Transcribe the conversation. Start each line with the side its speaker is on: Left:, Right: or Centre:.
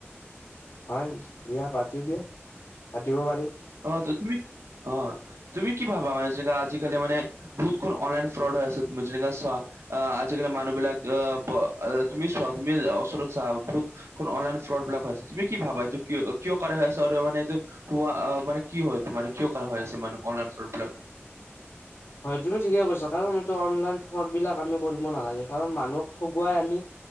Left: হয় দিয়া পাতো দিয়া পাতিব পাৰি।
Right: অ তুমি অ তুমি কি ভাবা মানে জেনেকা আজিকালি মানে বহুত কোন অনলাইন ফ্ৰড হৈ আছে তুমি যেনেকা চোৱা আহ আজিকালি মানুহ বিলাক আহ ব তুমি চোৱা তুমি ওচৰত চা বহুত কোন অনলাইন ফ্ৰড বিলাক আছে তুমি কি ভাবা এইটো কিয় কিয় কৰা আছ আৰু মানে এইটো কোৱা অ মানে কি হয় মানে কিয় কৰা হয় আছে মানে অনলাইন ফ্ৰড বিলাক?
Left: হয় তুমি ঠিকে কৈছা কাৰণ এইটো অনলাইন ফ্ৰৰ্ড বিলাক আমি কৰিব নালাগে কাৰণ মানুহক ঠগুৱাই আমি